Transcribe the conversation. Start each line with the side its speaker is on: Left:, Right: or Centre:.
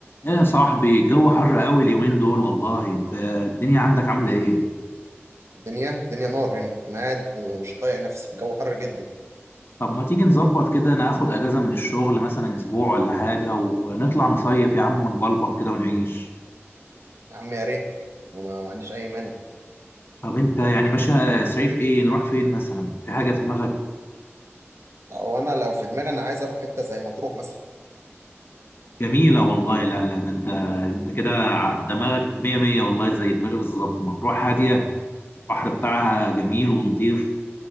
Left: يا صاحبي الجو حر قوي اليومين دول والله انت الدنيا عندك عاملة ايه؟
Right: الدنيا الدنيا نار هنا انا قاعد مش طايق نفسي الجو حر جدا
Left: طب ما تيجي نظبط كده انا اخد اجازة من الشغل مثلا اسبوع ولا حاجة ونطلع نصيف يا عم ونبلبط كده ونعيش
Right: يا عم يا ريت وما ما عنديش اي مانع
Left: طب انت يعني ماشي صيف ايه نروح فين مثلا في حاجة في دماغك
Right: لو انا لو في دماغي انا عايز اروح حته زي مطروح مثلا
Left: جميلة والله لا لا ده انت انت كده ع- دماغك مية مية والله زي دماغي بالظبط مطروح هادية البحر بتاعها جميل ونضيف